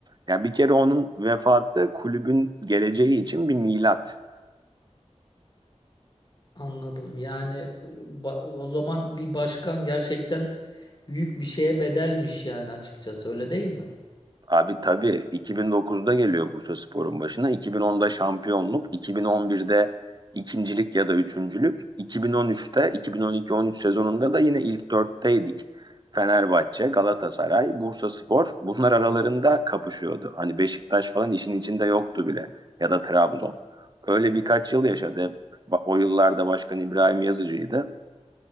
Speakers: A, on the right (about 35°); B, on the left (about 40°).
A: Ya bir kere onun vefatı kulübün geleceği için bir milat.
B: Anladım. Yani ba- o zaman bir başkan gerçekten büyük bir şeye bedelmiş yani açıkçası öyle değil mi?
A: Abi tabii 2009'da geliyor Bursaspor'un başına. 2010'da şampiyonluk, 2011'de ikincilik ya da üçüncülük, 2013'te 2012-13 sezonunda da yine ilk dörtteydik. Fenerbahçe, Galatasaray, Bursaspor bunlar aralarında kapışıyordu. Hani Beşiktaş falan işin içinde yoktu bile ya da Trabzon. Öyle birkaç yıl yaşadı. Hep ba- O yıllarda Başkan İbrahim Yazıcı'ydı.